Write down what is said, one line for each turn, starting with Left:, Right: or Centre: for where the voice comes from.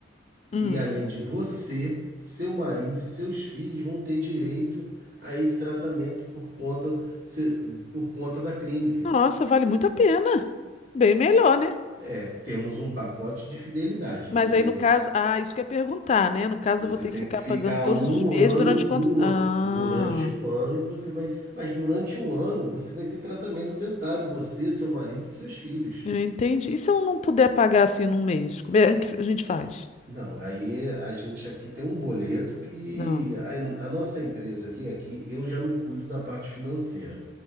Left: Hum.
Right: e além de você, seu marido e seus filhos vão ter direito a esse tratamento por conta, se- por conta da clínica.
Left: Nossa, vale muito a pena. Bem melhor, né?
Right: É, temos um pacote de fidelidade.
Left: Mas
Right: Você
Left: aí
Right: vai
Left: no
Right: ter
Left: caso,
Right: que
Left: ah, isso que eu ia perguntar, né? No caso,
Right: Você
Left: eu vou ter
Right: tem
Left: que ficar
Right: que ficar
Left: pagando todos
Right: um
Left: os meses
Right: ano,
Left: durante
Right: um,
Left: quanto? Ah.
Right: an- durante um ano você vai, mas durante um ano você vai ter tratamento dentário, você, seu marido e seus filhos.
Left: Eu entendi. E se eu não puder pagar assim num mês? Como é que a gente faz?
Right: Não, aí a gente aqui tem um boleto que
Left: Não,
Right: a, a nossa empresa aqui, aqui eu já não cuido da parte financeira,